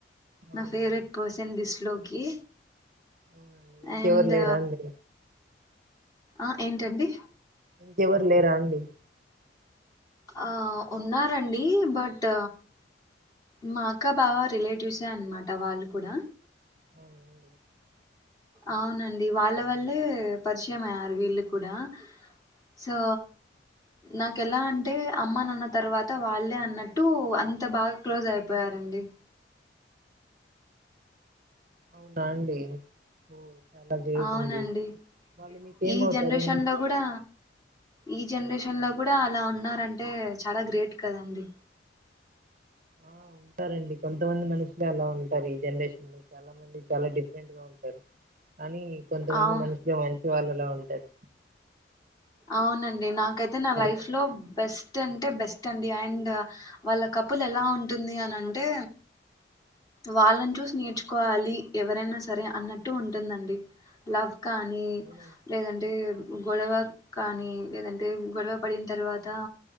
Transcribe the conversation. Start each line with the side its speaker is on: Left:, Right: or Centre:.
Right: అవునా
Left: నా ఫేవరెట్
Right: అండి
Left: పర్సన్ దిస్ లో కీ
Right: అవునండి ఇంకెవరు
Left: అండ్
Right: లేరా అండి
Left: ఆ ఏంటండి
Right: ఇంకెవరు లేరా అండి
Left: ఆ ఉన్నారండి, బట్ మా అక్క బావ రిలేటివ్సే అనమాట వాళ్ళు కూడా.
Right: అవునా అండి
Left: అవునండి వాళ్ళ వల్లే పరిచయం అయ్యారు వీళ్ళు కూడా. సో నాకు ఎలా అంటే అమ్మనాన్న తర్వాత వాళ్ళే అన్నట్టు అంత బాగ క్లోజ్ అయిపోయారండి
Right: అండి మీ అవునా అండి ఓ చాలా గ్రేట్
Left: అవునండి
Right: అండి వాళ్ళు మీకేమవుతారండి
Left: ఈ జనరేషన్ లో కూడా ఈ జనరేషన్ లో కూడా అలా ఉన్నారంటే చాలా గ్రేట్ కదండి
Right: ఆ ఉంటారండి కొంతమంది మనుషులే అలా ఉంట రూ ఈ జనరేషన్ లో చాలా మంది చాలా డిఫరెంట్ గా ఉంటారు కానీ కొంతమంది
Left: అవు
Right: మనుషులు మంచి వాళ్ళలా ఉంటది
Left: అవునండి నాకైతే నా లైఫ్
Right: కదా
Left: లో బెస్ట్ అంటే బెస్ట్ అండి అండ్ వాళ్ళ కపుల్ ఎలా ఉంటుంది అని అంటే వాళ్ళని చూసి నేర్చుకోవాలి ఎవరైనా సరే అన్నట్టు ఉంటుందండి లవ్ కానీ
Right: అవును
Left: లేదంటే గొడవ కానీ లేదంటే గొడవ పడిన తర్వాత